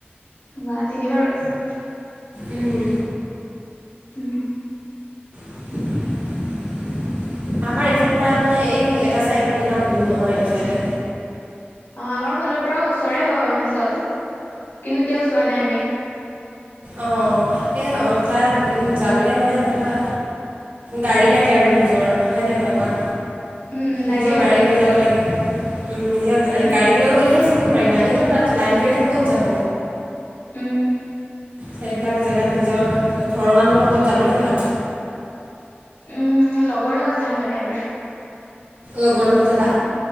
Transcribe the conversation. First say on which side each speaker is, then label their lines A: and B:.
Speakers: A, on the left (about 90°); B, on the right (about 80°).
A: বা তিনিবাৰ গৈছা
B: উম,
A: উম।
B: <unintelligible> আমাৰ এইফালৰ পৰা মানে এই এটা চাইডত ইমান দূৰ নহয় এইটো চাইডে।
A: অ আমাৰ ফালৰ পৰা ওচৰে হয় অৰুণাচল কিন্তু তেও যোৱা নাই আমি।
B: অঁ অঁ এই তাত যাবলৈ মানে ধৰা গাড়ী লাগে আৰু নিজৰ হয় নাই হয় কোৱা?
A: উম লাগে
B: নিজৰ
A: বাৰু
B: গাড়ী লৈ যাব লাগে। উম, নিজৰ গা -
A: উম
B: গাড়ী লৈ গ'লেহে ফুৰিব পাৰিবা, এনেইটো তাত লাইন গাড়ীতনো ক'ত যাব।
A: উম
B: সেইবিলাক জেগাত নিজৰ ঘৰৰ মানুহৰ লগত যাবলৈ ভাল।
A: উম লগৰ লগত যাম মানে এবাৰ।
B: লগৰ লগত যাবা?